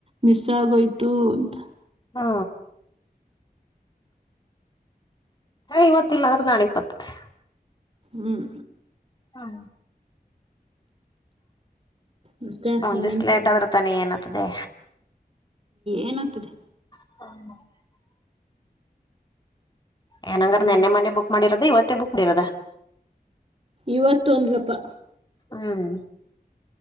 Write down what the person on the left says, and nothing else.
ಹಾ ಇವತ್ತಿಲ್ಲ ಅಂದ್ರೆ ನಾಳೆ ಬತ್ತದೆ.
ಹ್ಮ
ಒಂದ
ದಿಸ ಲೇಟ್ ಅ ಆದ್ರ ತಾನೆ ಏನತದೆ.
<unintelligible> ಏನಂಗ್ರ
ನಿನ್ನೆ ಮೊನ್ನೆ ಬುಕ್ ಮಾಡಿರದ ಇವತ್ತೇ ಬುಕ್ ಮಾಡಿರದ.
ಹ್ಮ್